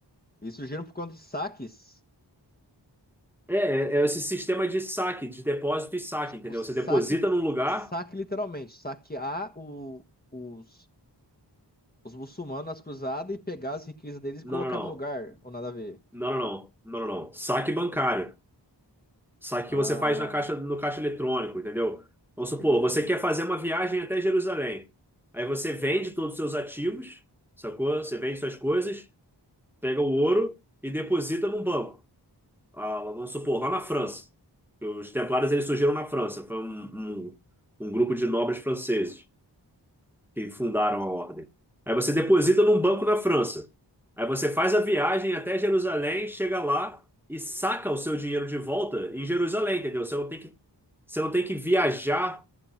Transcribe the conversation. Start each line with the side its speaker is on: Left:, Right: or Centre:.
Left: Isso gira por conta de saques.
Centre: É, é, é esse sistema de saque, de depósito e saque,
Left: Tipo,
Centre: entendeu?
Left: saque,
Centre: Você deposita num lugar,
Left: saque literalmente, saquear o, os, os muçulmanos nas cruzadas e pegar as riquezas deles e
Centre: não,
Left: colocar
Centre: não,
Left: no lugar, ou nada a ver.
Centre: não, não, não, não, não, não, não. saque bancário. Só que
Left: Ah,
Centre: você faz na caixa, no caixa eletrônico, entendeu? Vamos
Left: entendi.
Centre: supor, você quer fazer uma viagem até Jerusalém. Aí você vende todos os seus ativos, sacou? Você vende suas coisas, pega o ouro e deposita num banco. Ah, vamos supor, lá na França. Os Templários eles surgiram na França. Foi um, um, um grupo de nobres franceses que fundaram a ordem. Aí você deposita num banco na França. Aí você faz a viagem até Jerusalém, chega lá e saca o seu dinheiro de volta em Jerusalém, entendeu? Você não tem que, você não tem que viajar